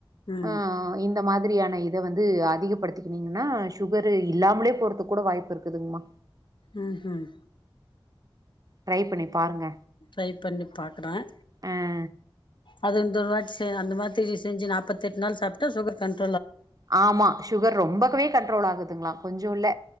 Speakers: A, on the left; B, on the right.
A: ம்
B: ஆ
A: ம்
B: ன் இந்த மாதிரியான இத வந்து அதிகப்படுத்திக்கனீங்கனா சுகரு இல்லாமலே போறதுக்கு கூட வாய்ப்பு இருக்குதுங்கமா
A: ம் ம்
B: ட்ரை பண்ணி பாருங்க
A: ட்ரை பண்ணி பாக்குறேன்
B: ஆ
A: அது இந்த வாட் <unintelligible> அந்த மாதிரி செஞ்சு நாப்பத்தி எட்டு நாள் சாப்டு சுகர் கண்
B: ஆமா சுகர் ரொம்பகவே கண்ட்ரோல ஆகுதுங்களா கொஞ்சோ இல